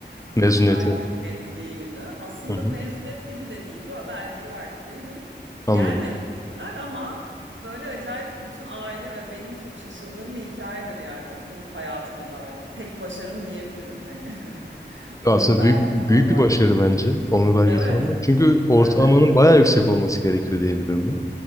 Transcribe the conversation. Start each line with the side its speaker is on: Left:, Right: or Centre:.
Left: Mezuniyete.
Right: belge verildiği günü. Aslında
Left: Hı hı.
Right: mezuniyet gibi de değil. Böyle belgeyi verdikleri gün
Left: Anladım.
Right: gelmedi annemler ama böyle acayip bütün aile ve benim çok şaşırdığım bir hikayedir yani okul hayatıma dair. Tek başarım diyebilirim hani. <laughs> Onur
Left: Ya aslında
Right: belgesi
Left: büyük büyük
Right: almak.
Left: bir başarı bence onur belgesi
Right: Evet,
Left: almak. Çünkü ortalamanın
Right: evet.
Left: bayağı yüksek olması gerekiyor diye biliyorum ben.